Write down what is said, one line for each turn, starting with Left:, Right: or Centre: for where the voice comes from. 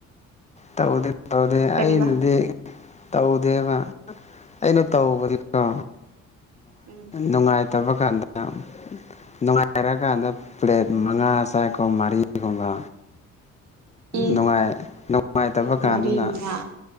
Left: ꯇꯧꯗꯦ ꯇꯧꯗꯦ ꯑꯩꯅꯗꯤꯧ
Right: ꯀꯔꯤꯕ
Left: ꯑꯗꯨꯕ ꯑꯩꯅ ꯇꯧꯕꯗꯤꯀꯣ
Right: ꯎꯝ
Left: ꯅꯨꯡꯉꯥꯏꯇꯕ ꯀꯗꯥꯝ ꯅꯨꯡꯉꯥꯏꯔꯀꯥꯟꯗ ꯄ꯭ꯂꯦꯠ ꯃꯉꯥ ꯆꯥꯛꯀꯨꯝꯕ ꯃꯔꯤꯒꯨꯝꯕ
Right: ꯏ
Left: ꯅꯨꯡꯉꯥꯏ ꯅꯨꯡꯉꯥꯏꯇꯕ
Right: ꯄ꯭ꯂꯦꯠ
Left: ꯀꯥꯟꯗꯅ
Right: ꯃꯔꯤ ꯃꯉꯥ